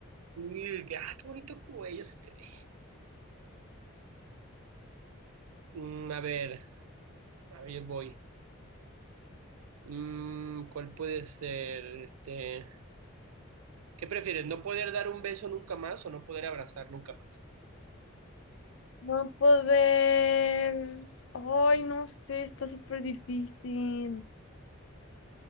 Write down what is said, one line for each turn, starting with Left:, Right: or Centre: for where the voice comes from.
Right: "Uy, que, ah, qué bonito cuello se te ve. Mm, a ver, a ver, yo voy. Mm, ¿cuál puede ser? Este, ¿qué prefieres? ¿No poder dar un beso nunca más o no poder abrazar nunca más?
Left: No poder. Ay, no sé, está súper difícil.